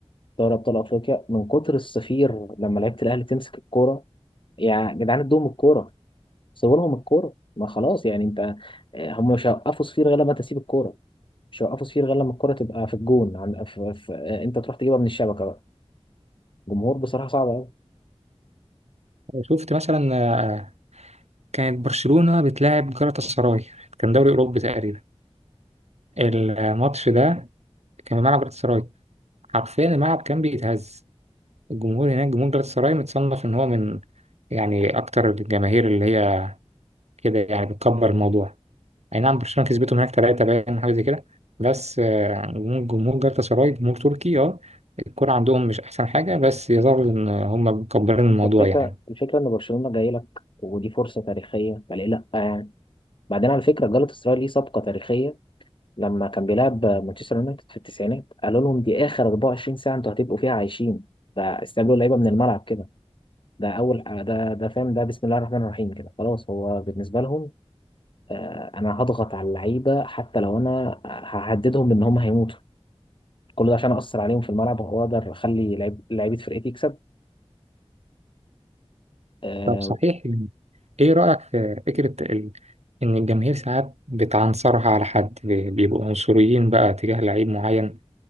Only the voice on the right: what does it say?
شفت مثلا آه، كانت برشلونة بتلاعب جالاتا سراي كان دوري أوروبي تقريبا الماتش ده كان في ملعب جالاتا سراي حرفيا الملعب كان بيتهز الجمهور هناك جمهور جالاتا سراي متصنف إن هو من يعني أكتر الجماهير اللي هي كده يعني بتكبر الموضوع اي نعم برشلونه كسبته هناك 3 باين حاجه زي كده بس آه، جمهور جمهور جالاتا سراي جمهور تركي اه الكوره عندهم مش احسن حاجه بس يظهر ان هم مكبرين الموضوع
يعني
طب صحيح ايه رايك في فكره ال... ان الجماهير ساعات بتعنصرها على حد بي- بيبقوا عنصريين بقى تجاه لعيب معين